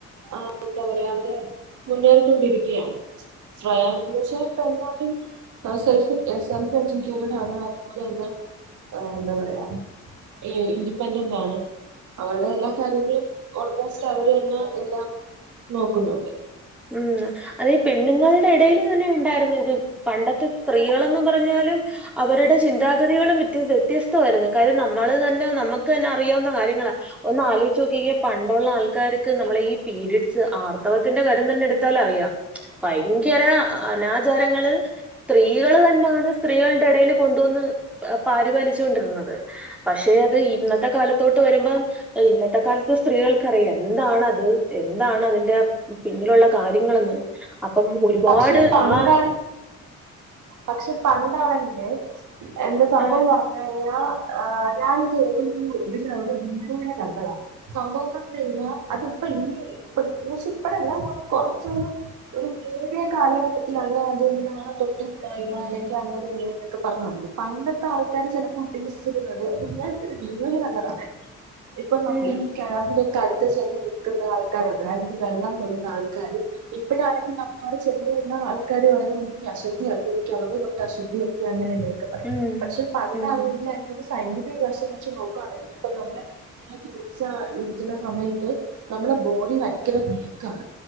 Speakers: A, on the right (about 75°); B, in the centre.
A: ആ എന്താ പറയാ അവര് മുന്നേറിക്കൊണ്ടിരിക്ക്യയാണ്. ശ്രയ ന്ന് വെച്ച പ്പല്ലാരും. ആ സെൽഫ് എ സെൽഫെജുകെറ്റടാണ് അതുപോലെ തന്ന അ എന്താ പറയാ. ഈ ഇൻഡിപെൻഡൻ്റാണ് അവര്ടെ എല്ലാ കാര്യങ്ങളും. ഓൾമോസ്റ്റ് അവര്ന്നെ എല്ലാം നോക്കുന്നുണ്ട്.
B: ഉം അതി പെണ്ണ്ങ്ങൾടെ എടയില് തന്നെ ഉണ്ടായിരുന്നു ഇത്. പണ്ടത്തെ സ്ത്രീകളെന്നും പറഞ്ഞാലും അവര്ടെ ചിന്താഗതികളും വത്യ വ്യത്യസ് ത്തവായ്ര്ന്നു കാര്യം നമ്മള് തന്നെ നമ്മക്ക് തന്നെ അറിയാവുന്ന കാര്യങ്ങളാ. ഒന്നാലൊയ്ച്ചോക്കീ പണ്ടുള്ള ആൾക്കാര്ക്ക് നമ്മളെ ഈ പീരിഡ്സ് ആർത്തവത്തിന്റെ കാര്യ രം തന്നെ എടുത്താലറിയാ ഭയങ്കര അനാചാരങ്ങള്. സ്ത്രീകള് തന്നാണ് സ്ത്രീകൾടെടെല് കൊണ്ടുവന്ന് അ പാരിപാലിച്ചു കൊണ്ടിര്ന്നത്. പക്ഷെ അത് ഇന്നത്തെ കാലത്തോട്ട് വരുമ്പം. എ ഇന്നത്തെ കാലത്ത് സ്ത്രീകൾക്കറിയാ എന്താണത് എന്താണതിൻ്റാ. പിന്നിലുള്ള കാര്യങ്ങളന്ന് അപ്പം ഒരുപാട്
A: പക്ഷെ പണ്ടാ
B: ആ.
A: പക്ഷെ പണ്ടാണെങ്കില്. എന്റെ സംഭവം
B: ആ
A: പറഞ്ഞയ്ഞാ ഏഹ് ഞാനിത് ഏതും പൂ തിലവ്ടെ <unintelligible> നൂനെ കണ്ടതാ. സംഭവം പർഞയ്ഞ്ഞാ അതുപ്പ ഈ ഇപ്പ കൊർച്ച് പ്പളല്ലാ കൊറച്ചോന്ന്. ഒരു മീഡിയ കാലഘട്ടത്തിലാണ് അ <unintelligible> ആ തൊ ട്ട് ണ്ടായി മാലഞ്ചു അങ്ങടു ഇങ്ങനെന്നൊക്കെ പർഞ്ഞു വന്നത് പണ്ടത്താൾക്കാര് ചെല കുട്ടി മിസ് ച്ച് ത് ന്നത് ഞാ ഒരു വീഡിയോല് കണ്ടതാണെ ഇപ്പ നമ്
B: ഉം
A: ഈ. കെണറിന്റെ ഒക്കെ അടുത്ത് ചെന്ന് നിക്കുന്ന ആൾക്കാരുണ്ട് അല്ലെങ്കിൽ വെള്ളം കൊരുന്ന ആൾക്കാര്. ഇപ്പഴാണെങ്കി നമ്മള് അവിടെ ചെന്നിരുന്ന ആൾക്കാര് പറയും ഇ അശു ദ്ധിയാക്കിയിരിക്ക്യ <unintelligible> തൊട്ട് അശുദ്ധിയാക്കി അങ്ങനെന്നെ ഒക്ക പറയിം
B: ഉം
A: പക്ഷെ പണ്ടാണെങ്കില്
B: ഉം ഉം
A: അയ്ൻ്റൊക്കെ സൈഡ്. ര് വശം വെച്ച് നോക്കുവാണെങ്കില് പ്പ നമ്മളെ. ഏ പിര്യേഡ്സാ ഇരിക്ക്യുന്ന സമയത്ത് നമ്മളെ ബോഡി ഭയങ്കര വീക്കാണ്.